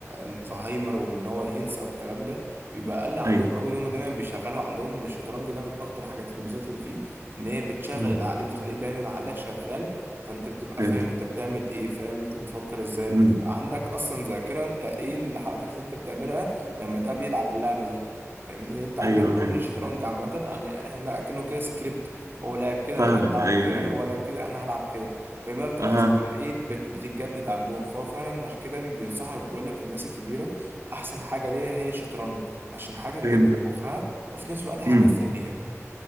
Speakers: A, on the right; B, on the right.
A: الزهايمر وان هو ينسى والكلام ده بيبقى اقل عندهم
B: ايوه
A: قوي ان هم دايما بيشغلوا عقلهم ان الشطرنج ده من اكتر حاجات الميزات اللي فيه ان هي بتشغل
B: امم
A: العقل بتخليه دايما عقلك شغال فانت بتبقى
B: فهمت
A: فاهم انت بتعمل ايه فاهم انت بتفكر ازاي بتبقى
B: امم
A: عندك اصلا ذاكرة انت ايه الحركات اللي انت بتعملها لما ده بيلعب اللعبة دي فاهمني يعني انت عندك
B: ايوه
A: كل
B: ايوه
A: الشطرنج عامة يعني هنا كأنه كده سكريبت هو لعب كده
B: فاهمك
A: انا هلعب
B: ايوه
A: كده
B: ايوه
A: هو لعب كده انا هلعب كده فبقى بتبقى
B: اها
A: ذاكره ايه بت- بتتجدد عندهم فهو فعلا عشان كده بينصحك بيقول لك الناس الكبيره احسن حاجه ليها هي الشطرنج عشان حاجه تجدد
B: فهمت
A: مخها وفي نفس الوقت حاجه
B: امم
A: تسليها